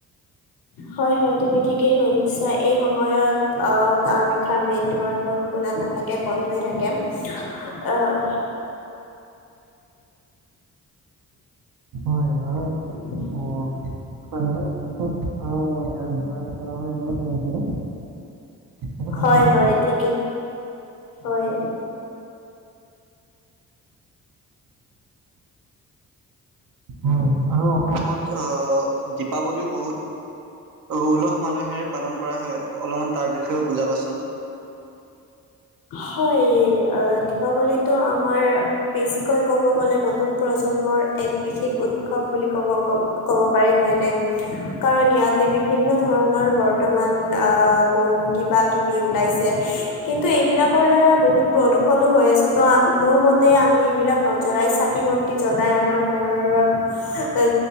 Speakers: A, on the left; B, on the right.
A: হয় হয় তুমি ঠিকেই শুনিছা এই সময়ত আহ কামাখ্যাৰ মেইন দুৱাৰখন খোলা নাথাকে বন্ধ থাকে আহ,
B: হয় আৰু
A: <unintelligible>
B: আহ, সাতদিন পিছত আৰু ইয়াৰ দুৱাৰ খোলা হয় বুলি শুনিছিলোঁ সেইটো সঁচানে
A: হয় হয় ঠিকে হয়।
B: হয় আৰু অসমত আহ দীপাৱলীও বহুত উলহ মালহেৰে পালন কৰা হয় অলপমান তাৰ বিষয়েও বুজাবা চোন।
A: হয় আহ দীপাৱলীটো আমাৰ বেছিকৈ কব গলে নতুন প্ৰজন্মৰ এক বিশেষ উৎসৱ বুলি কব কব পাৰি হয়নে। কাৰণ ইয়াতে বিভিন্ন ধৰণৰ বৰ্তমান আহ বম কিবা কিবি ওলাইছে। কিন্তু এইবিলাকৰ দ্বাৰা বহুত প্ৰদূষণো হৈ আছে ত' মোৰ মতে আমি এইবিলাক নজ্বলাই চাকি বন্তি জ্বলাই আমাৰ ঘৰত এ